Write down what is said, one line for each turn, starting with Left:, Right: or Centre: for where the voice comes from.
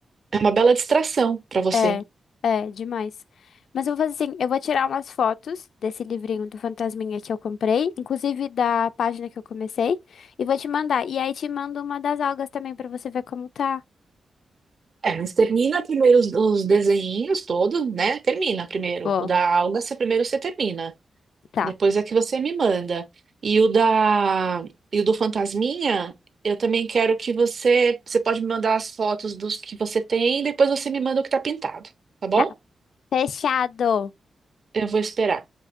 Right: É uma bela distração para você.
Left: É, é, demais. Mas eu vou fazer assim, eu vou tirar umas fotos desse livrinho do Fantasminha que eu comprei, inclusive da página que eu comecei, e vou te mandar. E aí te mando uma das algas também pra você ver como tá.
Right: É, mas termina primeiro os, os desenhinhos todos, né? Termina primeiro.
Left: Boa.
Right: O da alga, você primeiro você termina.
Left: Tá,
Right: Depois é que você me manda. E o da e o do fantasminha, eu também quero que você você pode me mandar as fotos dos que você tem, depois você me manda o que tá pintado, tá bom?
Left: tá. Fechado.
Right: Eu vou esperar.